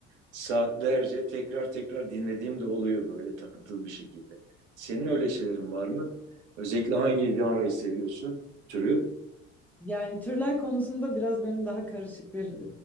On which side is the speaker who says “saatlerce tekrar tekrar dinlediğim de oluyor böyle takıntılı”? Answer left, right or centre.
Right